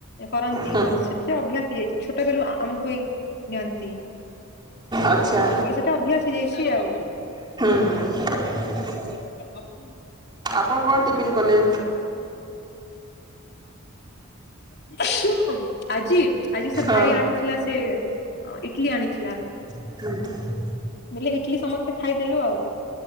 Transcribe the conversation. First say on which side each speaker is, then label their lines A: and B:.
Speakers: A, on the left; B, on the right.
A: କରନ୍ତି
B: ହୁଁ
A: ତ ସେଥିରେ ଅଭ୍ୟାସ ହେଇଯାଇଛି ଛୋଟ ବଳୁ ଆମକୁ ବି ନିଅନ୍ତି
B: ଆଚ୍ଛା
A: ହେଲେ ସେଟା ଅଭ୍ୟାସ ହେଇଯାଇଛି ଆଉ।
B: ହଁ
A: <inaudible>
B: କଣ କଣ ଟିଫନ୍ କଲେ?
A: ଶୁ ଆଜି ଆଜି ସେ
B: ହଁ
A: ଭାଇ ଆଣିଥିଲା ସେ ଅ ଇଟଲି ଆଣିଥିଲା।
B: ହୁଁ
A: ବୋଇଲେ ଇଟଲିି ସମସ୍ତେ ଖାଇଦେଲୁ ଆଉ